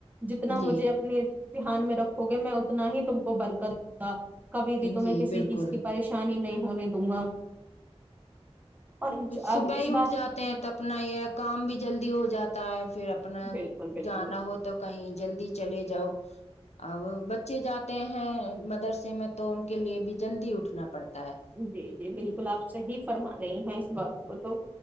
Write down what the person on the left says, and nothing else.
جی
جی
بالکل
صبح
ہی اٹھ
جاتے ہیں تو اپنا یہ کام بھی جلدی ہو جاتا ہے پھر اپنا
جانا ہو تو کہیں جلدی چلے جاؤ اب بچے جاتے ہیں مدرسے میں تو ان کے لیے بھی جلدی اٹھنا پڑتا ہے